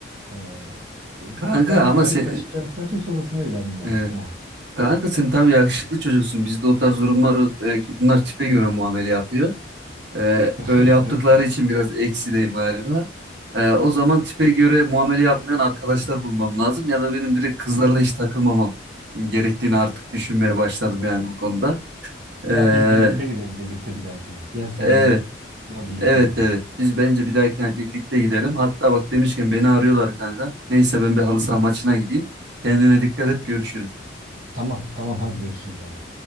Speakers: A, on the right; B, on the right.
A: Ee,
B: Kanka
A: ben
B: ama
A: hani
B: sen
A: maçı kendisine çok sonrasında eğlendim yani.
B: e,
A: Heh.
B: kanka sen tabii yakışıklı çocuksun. Bizde o tarz durumlar yok. Belki bunlar tipe göre muamele yapıyor. Ee,
A: <laughs>
B: öyle yaptıkları
A: Öyle mi diyorsun?
B: için biraz eksideyim galiba. Ee, o zaman tipe göre muamele yapmayan arkadaşlar bulmam lazım ya da benim direkt kızlarla hiç takılmamam gerektiğini artık düşünmeye başladım yani bu konuda.
A: Ya
B: Ee,
A: biz birlikte gidelim birlikte bir dahakine. Gel sen
B: evet,
A: biz bir- buna birlikte
B: evet,
A: gidelim.
B: evet. Biz bence bir dahakine birlikte gidelim. Hatta bak demişken beni arıyorlar kanka. Neyse ben bir halı saha maçına gideyim. Kendine dikkat et, görüşürüz.
A: Tamam tamam hadi görüşürüz bay